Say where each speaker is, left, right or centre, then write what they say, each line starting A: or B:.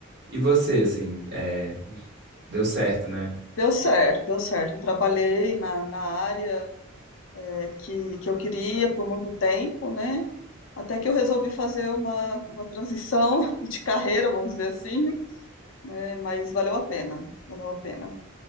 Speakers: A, on the right (about 55°); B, on the left (about 65°).
A: e você, assim, é, deu certo, né?
B: Deu certo, deu certo. Trabalhei na, na área eh, que, que eu queria por muito tempo, né? Até que eu resolvi fazer uma, uma transição <laughs> de carreira, vamos dizer assim, né? Mas valeu a pena, valeu a pena.